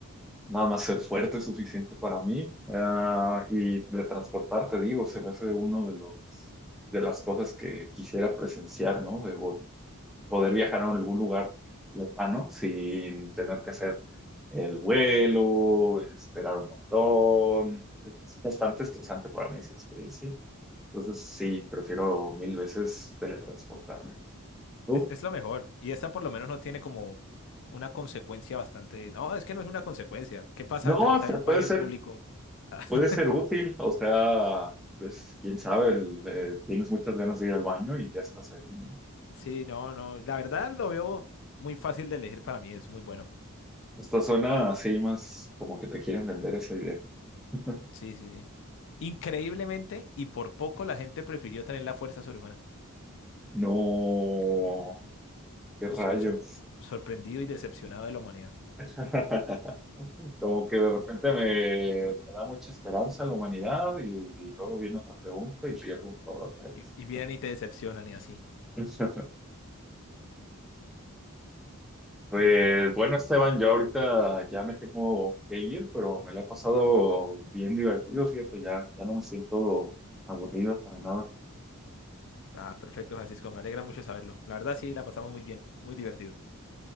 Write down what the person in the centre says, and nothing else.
Nada más ser fuerte es suficiente para mí. Ah, y de transportar, te digo, se me hace uno de los, de las cosas que quisiera presenciar, ¿no? De, poder viajar a algún lugar lejano sin tener que hacer el vuelo, esperar un montón. Es bastante estresante para mí esa experiencia. Entonces, sí, prefiero mil veces teletransportarme. ¿Tú?
No,
hasta
puede
ser,
puede ser útil. O sea, pues quién sabe, el- eh, tienes muchas ganas de ir al baño y ya estás ahí, ¿no?
Hasta suena así más como que te quieren vender esa idea. <laughs>
No, qué rayos.
<laughs> Como que de repente me, me da mucha esperanza la humanidad y, y luego viene otra pregunta y pierdo todo otra vez.
<laughs> Pues
bueno, Esteban, yo ahorita ya me tengo que ir, pero me la he pasado bien divertido, fíjate, ya, ya no me siento aburrido para nada.